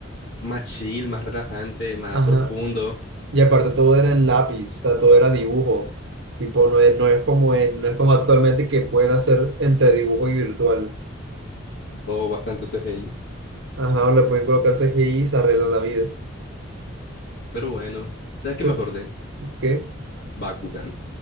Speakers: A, on the left; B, on the right.
A: más chill, más relajante, más
B: Ajá.
A: profundo,
B: Y aparte todo era en lápiz, o sea, todo era dibujo. Tipo, no es, no es como en, no es como actualmente que pueden hacer entre dibujo y virtual.
A: o bastante CGI.
B: Ajá, o le pueden colocar CGI y se arreglan la vida.
A: Pero bueno, ¿sabes qué
B: Pe-
A: me acordé?
B: ¿Qué?
A: Bakugan.